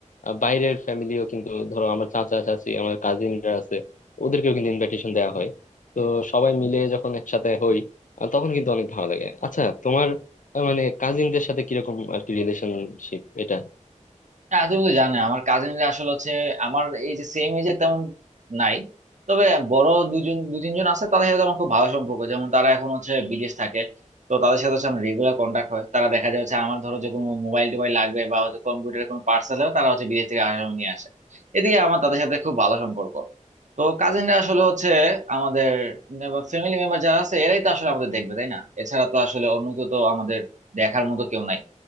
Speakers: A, on the left; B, on the right.
A: আহ, বাইরের ফ্যামিলিও কিন্তু ধরো আমার চাচা চাচি আমার কাজিনরা আছে ওদেরকেও কিন্তু ইনভাইটেশন দেওয়া হয় তো সবাই মিলে যখন একসাথে হই আহ, তখন কিন্তু অনেক ভালো লাগে আচ্ছা তোমার আহ, মানে কাজিনদের সাথে কিরকম আর কি রিলেশনশিপ এটা
B: হ্যাঁ তুমি তো জানো আমার কাজিনরা আসলে হচ্ছে আমার এই যে সেম এজে তেমন নাই তবে বড় দুজন দু তিনজন আছে তাদের সাথে আমার খুব ভালো সম্পর্ক যেমন তারা এখন হচ্ছে বিদেশ থাকে তো তাদের সাথে হচ্ছে আমার রেগুলার কন্ট্যাক্ট হয় তারা দেখা যায় হচ্ছে আমার ধরো যে কোনো মোবাইল টোবাইল লাগবে বা হচ্ছে কম্পিউটারের কোনো পার্সেল হবে তারা হচ্ছে বিদেশ থেকে আসার সময় নিয়ে আসে এদিকে আমার তাদের সাথে খুব ভালো সম্পর্ক তো কাজিনরা আসলে হচ্ছে আমাদের ফ্যামিলি মেম্বার যারা আছে এরাই তো আসলে আমাদের দেখবে তাই না এছাড়া তো আসলে অন্য কেউ তো আমাদের দেখার মতো কেউ নাই